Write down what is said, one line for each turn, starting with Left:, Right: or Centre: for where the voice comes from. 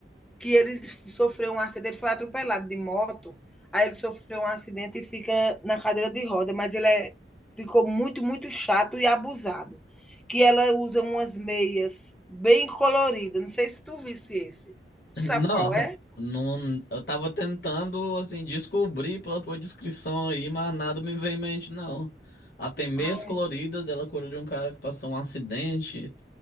Centre: que ele sofreu um acidente, foi atropelado de moto, aí ele sofreu um acidente e fica na cadeira de roda, mas ele é, ficou muito, muito chato e abusado. Que ela usa umas meias bem coloridas. Não sei se tu visse esse. Tu sabe
Left: Não,
Centre: qual é?
Left: não, eu tava tentando, assim, descobrir pela tua descrição aí, mas nada me veio em mente, não. A Tem Meias
Centre: Ai,
Left: Coloridas, ela cura de um cara que passou um acidente.